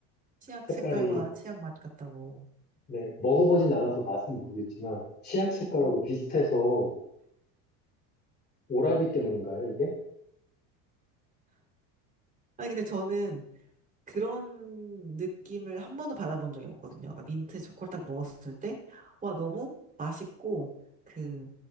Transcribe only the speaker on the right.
치약
색깔과 치약 맛 같다고.
음,
아니, 근데 저는 그런 느낌을 한 번도 받아본 적이 없거든요. 그러니까 민트 초코를 딱 먹었을 때, 와, 너무 맛있고, 그,